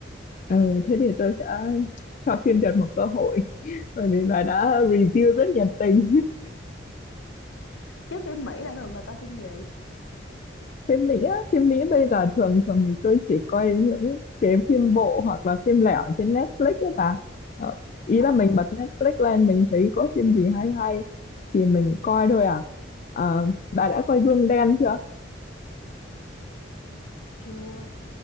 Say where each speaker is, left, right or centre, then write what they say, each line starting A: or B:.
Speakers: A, on the left; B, on the left.
A: ừ, thế thì tôi sẽ cho phim Việt một cơ hội bởi vì bà đã review rất nhiệt tình
B: chứ phim Mỹ là thường bà coi phim gì
A: phim Mỹ á, phim Mỹ bây giờ thường thường thì tôi chỉ coi những cái phim bộ hoặc là phim lẻ ở trên Netflix ấy bà ờ, ý
B: ờ
A: là mình bật Netflix lên mình thấy có phim gì hay hay thì mình coi thôi à Ờ, bà đã coi Gương Đen chưa
B: chưa